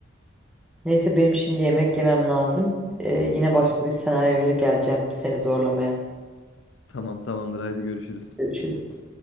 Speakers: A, in the centre; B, on the left.
A: Neyse benim şimdi yemek yemem lazım. Ee, yine başka bir senaryoyla geleceğim seni zorlamaya.
B: Tamam tamamdır haydi görüşürüz.
A: Görüşürüz.